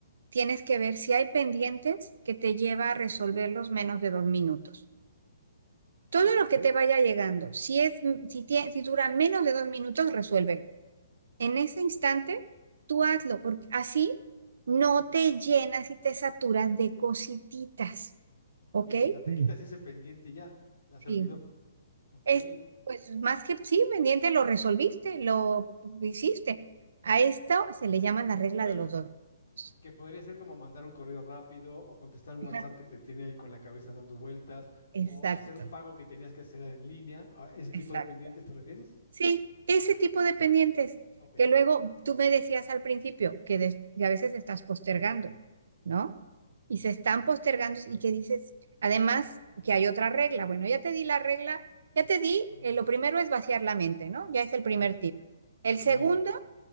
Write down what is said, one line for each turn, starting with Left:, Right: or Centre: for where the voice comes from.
Right: tienes que ver si hay pendientes que te lleva a resolverlos menos de dos minutos.
Left: Ok.
Right: Todo lo que te vaya llegando, si, es, si, tie- si dura menos de dos minutos, resuélvelo. En ese instante, tú hazlo, porque así no te llenas y te saturas de cosititas,
Left: Ok,
Right: ¿ok?
Left: o sea, te
Right: Mm.
Left: quitas ese pendiente y ya, ya se
Right: Sí.
Left: olvidó. Ok,
Right: Este, pues más que sí, pendiente, lo resolviste, lo hiciste. A esto se le llama la regla
Left: espérame,
Right: de los dos. grados.
Left: que podría ser como mandar un correo rápido o contestar un WhatsApp
Right: Ajá,
Left: que te tiene ahí con la cabeza dando vueltas o
Right: Exacto,
Left: hacer un pago que tenías que hacer en línea. ¿A ese
Right: exacto.
Left: tipo de pendientes te refieres?
Right: Sí, ese tipo de pendientes
Left: Ok,
Right: que luego tú me decías al principio que, des- que a veces estás postergando, ¿no? Y se están postergando y que dices, además, que hay otra regla. Bueno, ya te di la regla, ya te di,
Left: dos minutos.
Right: eh, lo primero es vaciar la mente, ¿no? Ya es el primer
Left: Claro, es que
Right: tip.
Left: escribirlo.
Right: El segundo